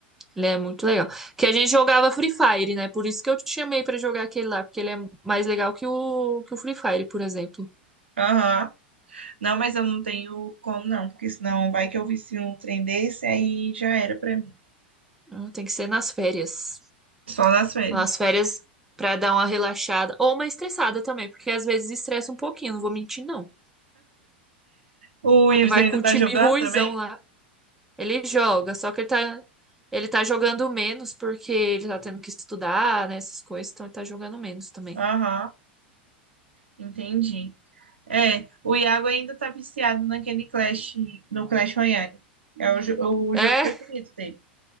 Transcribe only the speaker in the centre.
Ele é muito legal. Que a gente jogava Free Fire, né? Por isso que eu te chamei pra jogar aquele lá, porque ele é mais legal que o, que o Free Fire, por exemplo.
Ah, Tem que ser nas férias.
Nas férias pra dar uma relaxada ou uma estressada também, porque às vezes estressa um pouquinho, não vou mentir não.
Você
vai
com o
time
ruinzão
lá. Ele joga, só que ele tá, ele tá jogando menos porque ele tá tendo que estudar, né, essas coisas, então ele tá jogando menos também.
É,